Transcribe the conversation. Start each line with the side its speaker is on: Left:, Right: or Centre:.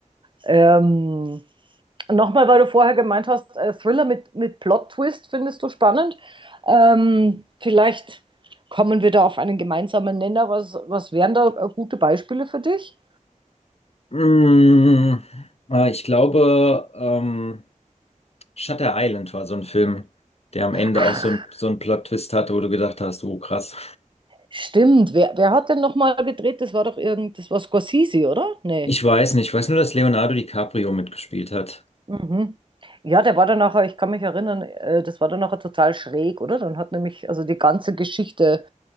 Right: Ähm, Nochmal, weil du vorher gemeint hast, äh, Thriller mit, mit Plot-Twist findest du spannend. Ähm, vielleicht kommen wir da auf einen gemeinsamen Nenner. Was, was wären da äh, gute Beispiele für dich?
Left: Mm, äh, ich glaube, ähm, Shutter Island war so ein Film, der am
Right: Ach,
Left: Ende auch so ein, so ein Plot-Twist hatte, wo du gedacht hast, oh krass.
Right: stimmt. Wer, wer hat denn nochmal gedreht? Das war doch irgend, das war Scorsese, oder? Nee.
Left: Ich weiß nicht, ich weiß nur, dass Leonardo DiCaprio mitgespielt hat.
Right: Mhm. Ja, der war dann nachher, ich kann mich erinnern, äh, das war dann nachher total schräg, oder? Dann hat nämlich also die ganze Geschichte